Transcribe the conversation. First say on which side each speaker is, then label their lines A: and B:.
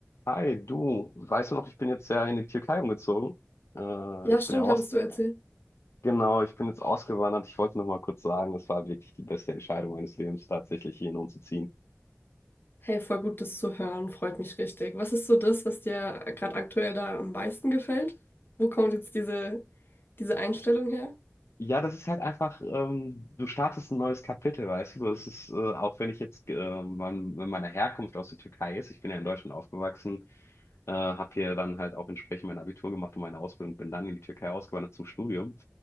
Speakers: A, on the left; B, on the left.
A: Hi, du, weißt du noch, ich bin jetzt ja in die Türkei umgezogen. Äh,
B: Ja,
A: ich
B: stimmt,
A: bin ja aus,
B: hattest du erzählt.
A: genau, ich bin jetzt ausgewandert. Ich wollte noch mal kurz sagen, das war wirklich die beste Entscheidung meines Lebens, tatsächlich hierhin umzuziehen.
B: Hey, voll gut, das zu hören, freut mich richtig. Was ist so das, was dir gerade aktuell da am meisten gefällt? Wo kommt jetzt diese, diese Einstellung her?
A: Ja, das ist halt einfach, ähm, du startest ein neues Kapitel, weißt du? Das ist, äh, auch wenn ich jetzt, äh, mein, meiner Herkunft aus der Türkei ist, ich bin ja in Deutschland aufgewachsen, äh, habe hier dann halt auch entsprechend mein Abitur gemacht und meine Ausbildung, bin dann in die Türkei ausgewandert zum Studium.